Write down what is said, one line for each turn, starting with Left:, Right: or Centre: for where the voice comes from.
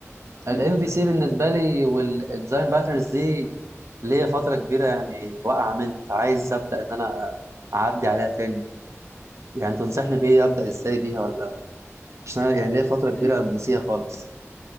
Right: الام
Left: اي
Right: في
Left: اسلم
Right: سي بالنسبه لي والديزاين باترنز دي ليا فتره كبيره يعني واقعه مني فعايز ابدا ان انا اعدي عليها تاني يعني تنصحني بايه ابدا ازاي بيها ولا عشان أنا يعني ليا فتره كبيره
Left: اي
Right: نسيها خالص